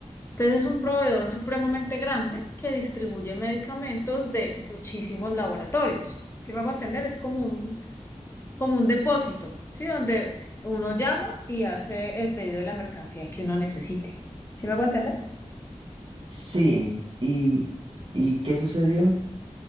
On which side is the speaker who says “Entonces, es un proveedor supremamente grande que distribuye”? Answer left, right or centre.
Left